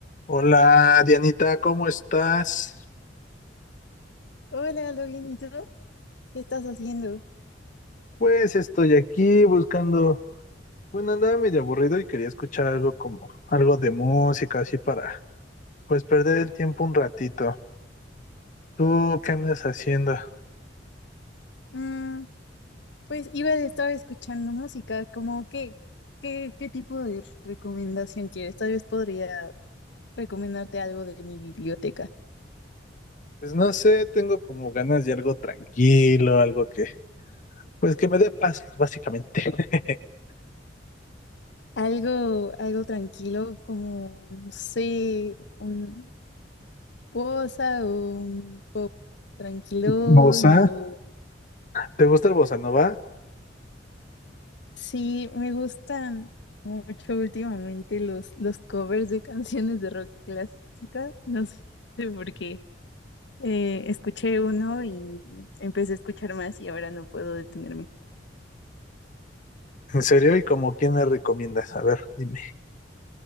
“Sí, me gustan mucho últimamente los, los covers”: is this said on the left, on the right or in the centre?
Left